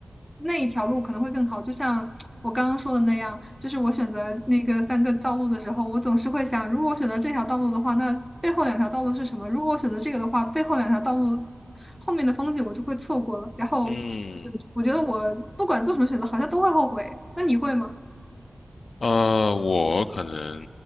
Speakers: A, in the centre; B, on the left.
A: 那一条路可能会更好。就像我刚刚说的那样，就是我选择那个三个道路的时候，我总是会想，如果我选择这条道路的话，那背后两条道路是什么？如果我选择这个的话，背后两条道路后面的风景我就会错过了。然后，
B: 嗯，
A: 嗯，我觉得我不管做什么选择，好像都会后悔。那你会吗？
B: 呃，我可能